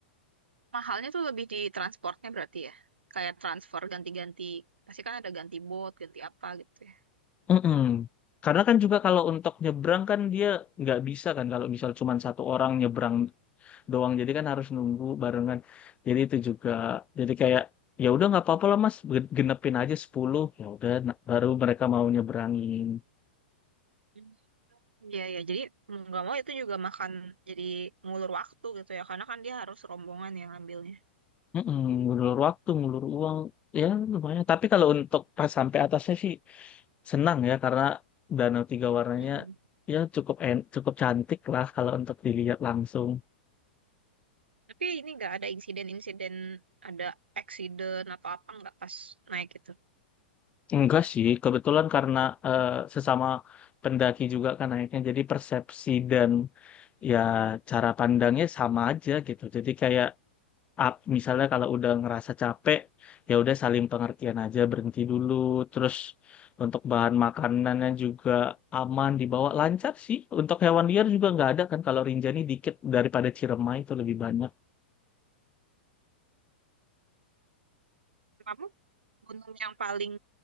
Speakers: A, on the right (about 80°); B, on the left (about 20°).
A: Mahalnya tuh lebih di transportnya berarti ya. Kayak transfer ganti-ganti. Pasti kan ada ganti bot, ganti apa gitu ya.
B: Mm-mm. Karena kan juga kalau untuk nyebrang kan dia nggak bisa kan kalau misal cuma satu orang nyebrang doang jadi kan harus nunggu barengan jadi itu juga jadi kayak ya udah nggak apa-apa lah mas Ge- genepin aja sepuluh ya udah na- baru mereka mau nyeberangin
A: Hmm. Iya, ya. Jadi mau nggak mau itu juga makan jadi ngulur waktu gitu ya. Karena kan dia harus rombongan yang ngambilnya.
B: Mm-mm, ngulur waktu ngulur uang ya lumayan tapi kalau untuk pas sampai atasnya sih senang ya karena danau tiga warnanya
A: Mhm.
B: ya cukup en cukup cantik lah kalau untuk dilihat langsung
A: Tapi ini nggak ada insiden-insiden, ada accident atau apa nggak pas naik gitu.
B: enggak sih kebetulan karena eh, sesama pendaki juga kan naiknya jadi persepsi dan ya cara pandangnya sama aja gitu. Jadi kayak up- misalnya kalau udah ngerasa capek, ya udah saling pengertian aja, berhenti dulu. Terus untuk bahan makanannya juga aman dibawa lancar sih. Untuk hewan liar juga nggak ada kan kalau Rinjani dikit daripada Ciremai itu lebih banyak.
A: Kamu gunung yang paling,